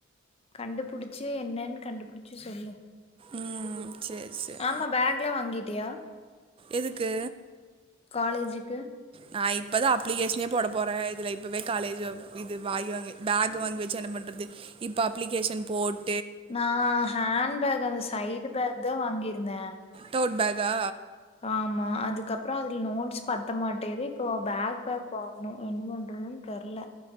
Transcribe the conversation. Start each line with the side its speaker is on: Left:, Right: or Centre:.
Left: கண்டுபுடுச்சி என்னன் கண்டுபுடுச்சி சொல்லு
Right: ம் சேரி சேரி
Left: ஆமா பேக்லா வாங்கி டியா
Right: எதுக்கு
Left: காலேஜுக்கு
Right: நா இப்ப தா அப்ளிகேஷனே போட போறே இதுல இப்போவே காலேஜு அவ் இது‌ வாய் வாங் பேக் வாங்கி வச்சு என்ன பண்றது இப்ப அப்ளிகேஷன் போட்
Left: நா ஹேண்ட் பேக் அந்த சைடு பேக் தா வாங்கிருக் இன
Right: தோட் பேகா
Left: ஆமா அதுக்கப்றோ அதுல் நோட்ஸ் பத்த மாட்டேகுது இப்போ பேக் பேக் வாங்கணூ என்ன பண்றதுன் தெர்ல